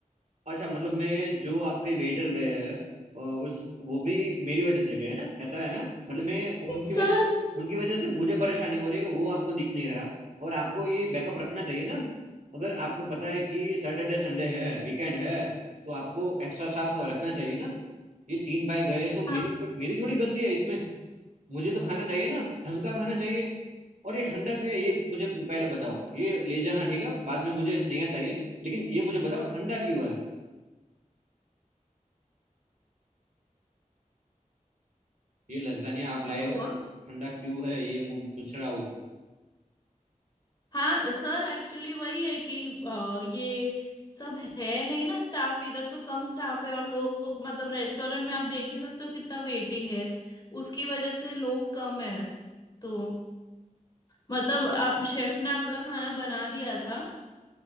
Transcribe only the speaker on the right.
अच्छा मतलब मैं जो आपके वेटर गए हैं अ, उस वो भी मेरी वजह से गए ना ऐसा है ना मतलब मैं उनकी
वजह उनकी वजह से मुझे परेशानी हो रही है वो आपको दिख नहीं रहा और आपको ये बैकअप रखना चाहिए ना अगर आपको पता है कि सैटरडे संडे है वीकेंड है तो आपको एक्स्ट्रा स्टाफ रखना चाहिए ना ये तीन भाई गए तो मेरी
मेरी थोड़ी गलती है इसमें मुझे तो खाना चाहिए ना ढंग का खाना चाहिए और ये ठंडा क्यों है ये मुझे पहले बताओ ये ले जाना ठीक है बाद में मुझे नया चाहिए लेकिन ये मुझे बताओ ठंडा क्यों है ये लज्जानिया आप लाए
हो ठंडा क्यों है ये मु- पूछ रहा हूँ